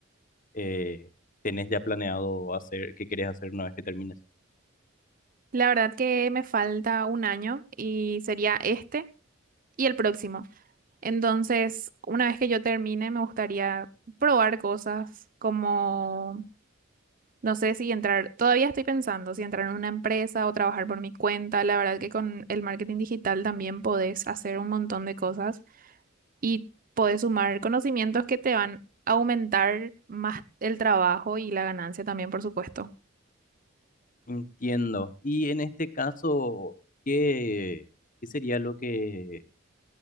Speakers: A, on the left; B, on the right.
A: eh, tenés ya planeado hacer qué querés hacer una vez que termines.
B: La verdad que me falta un año y sería este y el próximo. Entonces, una vez que yo termine, me gustaría probar cosas como... No sé si entrar, todavía estoy pensando si entrar en una empresa o trabajar por mi cuenta. La verdad que con el marketing digital también podés hacer un montón de cosas y podés sumar conocimientos que te van a aumentar más el trabajo y la ganancia también, por supuesto.
A: Entiendo. Y en este caso, ¿qué, qué sería lo que,